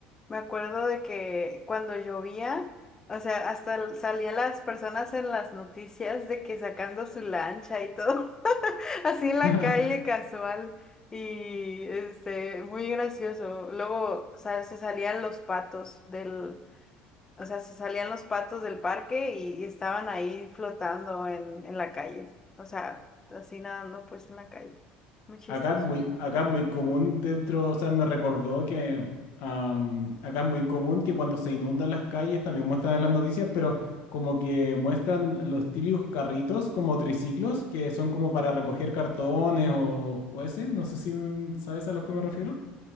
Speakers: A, on the left (about 15°); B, on the left (about 65°).
A: Me acuerdo de que cuando llovía, o sea, hasta l- salían las personas en las noticias de que sacando su lancha y todo, <laughs> así en la
B: <laughs>
A: calle casual y este, muy gracioso. Luego, o sea, se salían los patos del, o sea, se salían los patos del parque y, y estaban ahí flotando en, en la calle, o sea, así nadando pues en la calle. Muy chistoso.
B: Acá es muy, acá es muy común dentro, o sea, me recordó que am, acá es muy común que cuando se inundan las calles también muestran en las noticias, pero como que muestran los típicos carritos como triciclos que son como para recoger cartones o, o ese, no sé si mm, sabes a lo que me refiero.